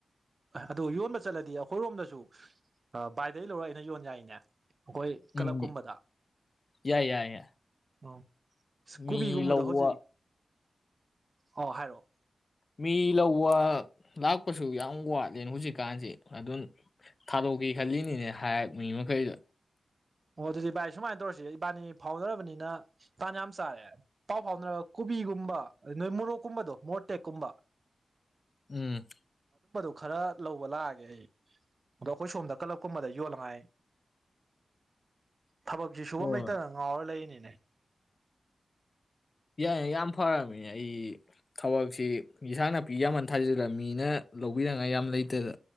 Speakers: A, on the right (about 45°); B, on the left (about 45°).
A: ꯑꯗꯣ ꯌꯣꯟꯕ ꯆꯠꯂꯗꯤ ꯑꯩꯈꯣꯏꯔꯣꯝꯗꯁꯨ ꯕꯥꯏꯗꯩ ꯂꯧꯔ ꯑꯩꯅ ꯌꯣꯟ ꯌꯥꯏꯅꯦ꯫ ꯑꯩꯈꯣꯏ
B: ꯎꯝ
A: ꯀꯂꯞ ꯀꯨꯝꯕꯗ
B: ꯌꯥꯏ ꯌꯥꯏ ꯌꯥꯏ
A: ꯑꯥ ꯀꯣꯕꯤꯒꯨꯝꯕꯗꯣ
B: ꯃꯤ ꯂꯧꯕ
A: ꯍꯧꯖꯤꯛ ꯑꯣ ꯍꯥꯏꯔꯛꯑꯣ
B: ꯃꯤ ꯂꯧꯕ ꯂꯥꯛꯄꯁꯨ ꯌꯥꯝ ꯋꯥꯠꯂꯦꯅ ꯍꯧꯖꯤꯛꯀꯥꯟꯁꯤ ꯑꯗꯨ ꯊꯥꯗꯣꯛꯀꯦ ꯈꯜꯂꯤꯅꯤꯅꯦ ꯍꯥꯏꯔ ꯃꯤ ꯃꯈꯩꯗ
A: ꯑꯣ ꯑꯗꯨꯗꯤ ꯚꯥꯏ ꯁꯨꯃꯥꯏ ꯇꯧꯔꯁꯤ ꯏꯕꯥꯅꯤ ꯐꯥꯎꯅꯔꯕꯅꯤꯅ ꯇꯥꯟ ꯌꯥꯝ ꯆꯥꯔꯦ ꯄꯥꯎ ꯐꯥꯎꯅꯔ ꯀꯣꯕꯤꯒꯨꯝꯕ ꯅꯣꯏ ꯃꯣꯔꯣꯛ ꯀꯨꯝꯕꯗꯣ ꯃꯣꯔꯣꯛꯇꯦꯛ ꯀꯨꯝꯕ
B: ꯎꯝ
A: ꯈꯔ ꯂꯧꯕ ꯂꯥꯛꯑꯒꯦ ꯑꯩ ꯑꯗꯣ ꯑꯩꯈꯣꯏ ꯁꯣꯝꯗ ꯀꯂꯞ ꯀꯨꯝꯕꯗ ꯌꯣꯜꯂꯉꯥꯏ ꯊꯕꯛꯁꯤ ꯁꯨꯐꯝ
B: ꯍꯣꯏ
A: ꯂꯩꯇꯅ ꯉꯥꯎꯔ ꯂꯩꯔꯤꯅꯤ ꯑꯦ
B: ꯌꯥꯏ ꯌꯥꯝ ꯐꯔꯝꯃꯤ ꯑꯩ ꯊꯕꯛꯁꯤ ꯏꯟꯁꯥꯡ ꯅꯥꯄꯤ ꯌꯥꯝꯃꯟ ꯊꯥꯖꯤꯜꯂꯝꯃꯤꯅ ꯂꯧꯕꯤꯅꯉꯥꯏ ꯌꯥꯝ ꯂꯩꯇꯗ